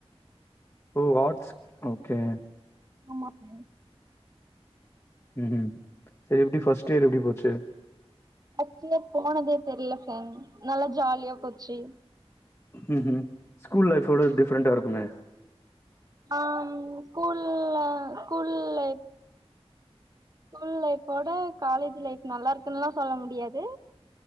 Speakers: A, on the left; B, on the right.
A: ஓ ஆர்ட்ஸ் ஓகே
B: ஆமா ஃப்ரெண்ட்
A: ம்ஹும் செரி எப்டி ஃபர்ஸ்ட் இயர் எப்டி போச்சு?
B: ஆச்சுவலா போனதே தெரில ஃப்ரெண்ட் நல்லா ஜாலியா போச்சு
A: ம்ஹும் ஸ்கூல் லைஃபோட டிஃப்ரண்டா இருக்குமே
B: ஆம் ஸ்கூல்ல ஸ்கூல் லை ஸ்கூல் லைஃபோட காலேஜு லைஃப் நல்லா இருக்குன்லா சொல்ல முடியாது